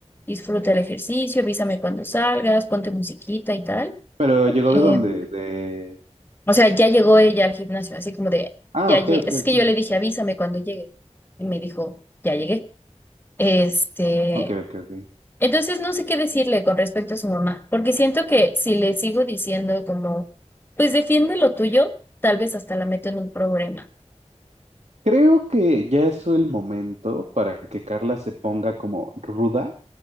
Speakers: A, on the left; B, on the right.
A: disfruta el ejercicio, avísame cuando salgas, ponte musiquita y tal.
B: ¿Pero llegó
A: Eh,
B: de dónde? De...
A: o sea, ya llegó ella al gimnasio, así como de,
B: Ah,
A: ya
B: ok,
A: llegué.
B: ok,
A: Es
B: ok.
A: que yo le dije, avísame cuando llegue. Y me dijo, ya llegué. Este,
B: Ok, ok, ok.
A: entonces no sé qué decirle con respecto a su mamá, porque siento que si le sigo diciendo como, pues defiende lo tuyo, tal vez hasta la meto en un problema.
B: Creo que ya es el momento para que Carla se ponga como ruda,